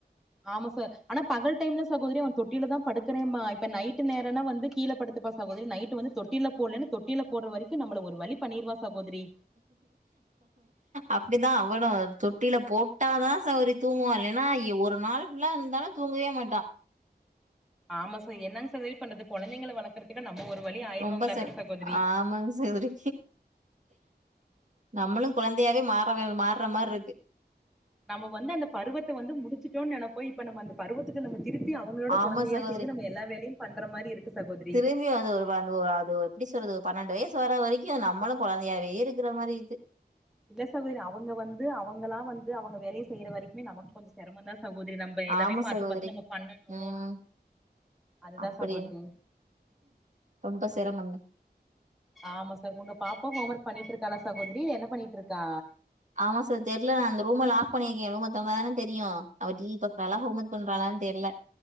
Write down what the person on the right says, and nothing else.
அப்டிதா அவனு தொட்டில போட்டாதா சகோதரி தூங்குவா இல்லனா எ ஒரு நாள் ஃபுல்லா இருந்தாலு தூங்கவே மாட்டா
ரொம்ப சல்
ஆமாங்க சகோதரி நம்மளும் குழந்தையாவே மாற வே மார்ற மாரிருக்கு
ஆமா
சகோதரி
திரும்பி வந்து ஒரு <unintelligible> அது எப்படி சொல்றது பன்னெண்டு வயசு வர வரைக் <unintelligible> நம்மளு கொழந்தையாவே இருக்கிற மாரி இருக்கு
ஆமா
சகோதரி
உம்
அப்படிய
ரொம்ப சிரமந்தா
ஆமா சார் தெரியல நா அந்த ரூம் லாக் பண்ணிருக்க ரூமை துறந்தாதானே தெரியு அவ டி வி பாக்கராலா ஹோம் வொர்க் பண்றாளான்னு தெரில